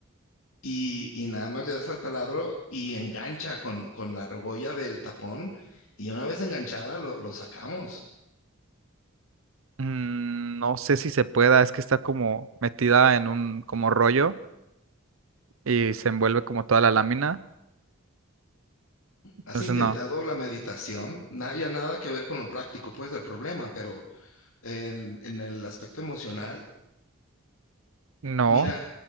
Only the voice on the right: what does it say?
Mm, No sé si se pueda, es que está como metida en un como rollo y se envuelve como toda la lámina. Entonces
no.
No.